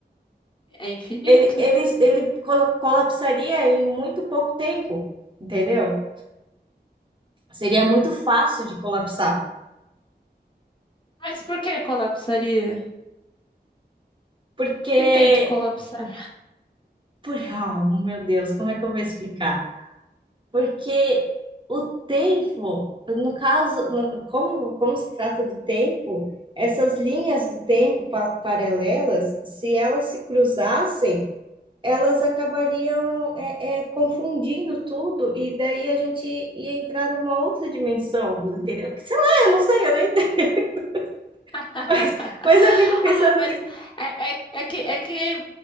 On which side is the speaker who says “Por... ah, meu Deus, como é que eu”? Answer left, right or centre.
Right